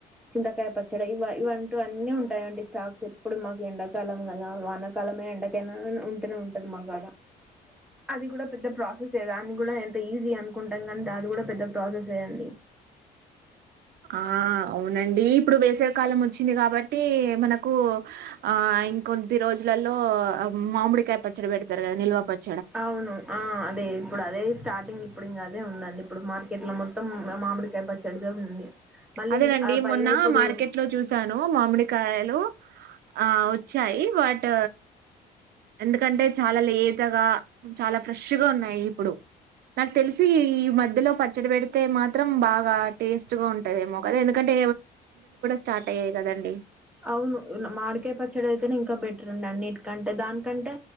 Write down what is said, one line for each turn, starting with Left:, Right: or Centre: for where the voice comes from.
Centre: చింతకాయ పచ్చడ ఇవ ఇవంటు అన్నీ ఉంటాయండి స్టాక్స్ ఎప్పుడు మాకు. ఎండకాలం కదా వాన కాలమే ఎండకైనా ఉంటూనే ఉంటది మాకాడ. అది కూడా పెద్ద ప్రాసెసే. దాన్ని కూడా ఎంత ఈజీ అనుకుంటాం కానీ అది కూడా పెద్ద ప్రాసెసే అండి.
Right: ఆ అవునండి ఇప్పుడు వేసవి కాలం వచ్చింది కాబట్టి మనకు ఆ ఇంకొద్ది రోజులలో మామిడికాయ పచ్చడి పెడతరు కదా నిల్వ పచ్చడి.
Centre: అవును ఆ అదే ఇప్పుడు అదే స్టార్టింగ్ ఇప్పుడు ఇంగా అదే ఉందండి. ఇప్పుడు మార్కెట్ లో మొత్తం మామిడికాయ పచ్చడిదే ఉంది. మళ్ళీ
Right: అదేనండి
Centre: ఆ పైగా
Right: మొన్న
Centre: ఇప్పుడు
Right: మార్కెట్ లో చూసాను మామిడికాయలు. ఆ వచ్చాయి బట్ ఎందుకంటే చాలా లేతగా చాలా ఫ్రెష్ గా ఉన్నా నయి ఇప్పుడు. నాకు తెలిసి ఈ మధ్యలో పచ్చడి పెడితే మాత్రం బాగా టేస్ట్ గా ఉం టాయేమో కదా ఎందుకంటే స్టార్ట్ అయ్యాయి గదండీ.
Centre: అవును మామిడికాయ పచ్చడి అయితనే ఇం కా బెటర్ అండి అన్నిటికంటే. దానికంటే